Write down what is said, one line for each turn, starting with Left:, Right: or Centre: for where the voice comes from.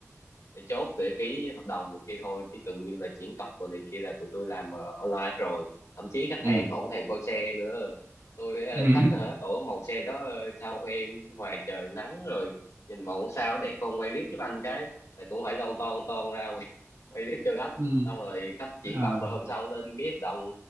Left: để chốt để ký hợp đồng này kia thôi chứ gần như là chuyển cọc rồi này kia là tụi tôi làm ờ, online rồi thậm chí khách
Right: ừ
Left: hàng còn không thèm coi xe nữa tôi với, ờ,
Right: ừ <laughs>
Left: khách hả ở màu xe đó ờ, sao em ngoài trời nắng rồi nhìn màu sao đẹp không quay clip giúp anh cái là cũng phải lon ton ton ra quay, <laughs> quay clip cho khách
Right: ừ
Left: xong rồi khách chuyển
Right: ờ,
Left: cọc rồi hôm sau lên ký hợp đồng